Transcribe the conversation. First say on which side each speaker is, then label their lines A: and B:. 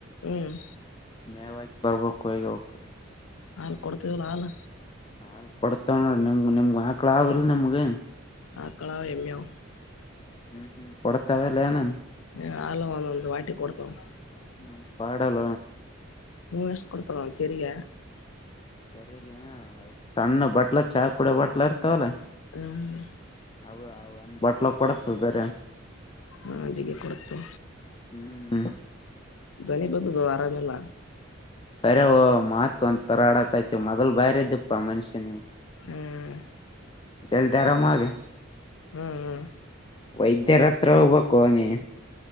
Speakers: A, on the left; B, on the left.
A: ಹ್ಮ್
B: ಮೇಕ್ ಬರಬೇಕು ಈಗ ಹೋಗಿ
A: ಹಾಲ್ ಕೊಡ್ತೀವಲ್ಲ ಹಾಲ್
B: ಅಲ್ ಕೊಡ್ತವ ನೋಡ್ರ ನಿಮ್ಗ ನಿಮ್ಗ ಆಕ್ಳ ಆ ಅವಲ್ ನಿಮ್ಗೆ
A: ಆಕಳ ಎಮ್ಯ <unintelligible>
B: ಹ್ಮ್ ಹ್ಮ್ ಕೊಡ್ತವೆಲ್ಲ ಏನನ್ <unintelligible>
A: ಹಲ <unintelligible> ಒಂದೊಂದು್ ವಾಟಿ ಕೊಡ್ತಾವ
B: <unintelligible> ಹ್ಮ ಪಾಡಾಲ
A: ನೀವು ಎಷ್ಟ ಕೊಡ್ತರ ಸರಿಗ <unintelligible>
B: ಸರಿ ಸಣ್ಣ ಬಟ್ಲ ಚಾ ಕುಡೋ ಬಟ್ಲಾ ಇರ್ತವಲ್ಲ
A: ಹ್ಮ್
B: <inaudible> ಅವ ಅವ ಒಂದ ಬಾಟ್ಲ ಕೊಡಕ್ತ ಬೇರೆ
A: ಹ್ಮ್
B: <inaudible>
A: ಜಿಗಿ ಕೊಡುತ್ತು
B: ಹ್ಮ್
A: ಧ್ವನಿ ಬದದು <unintelligible> ಆರಾಮೆಲ್ಲ
B: ಕರೆ ಓ ಮತ್ ಒಂದಥರ ಆಡಕ್ಯ್ತಿ ಮೊದಲ್ ಬಾರ ಇದ್ದಪ್ಪಾ ಮನ್ಷ್ಯನಿ
A: ಹ್ಮ್
B: <unintelligible> ಜಲ್ದಿ ಆರಾಮ ಆಗ
A: ಹ್ಮ್ ಹ್ಮ್
B: ವೈದ್ಯ ಹತ್ರ ಹೋಗ್ಬೇಕು ನೀ